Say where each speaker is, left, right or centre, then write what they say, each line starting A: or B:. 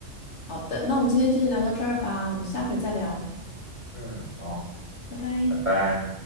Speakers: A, on the left (about 60°); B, on the left (about 25°).
A: 好的，那我们今天就聊到这儿吧，我们下回再聊，
B: 嗯，好，
A: 拜拜。
B: 拜拜。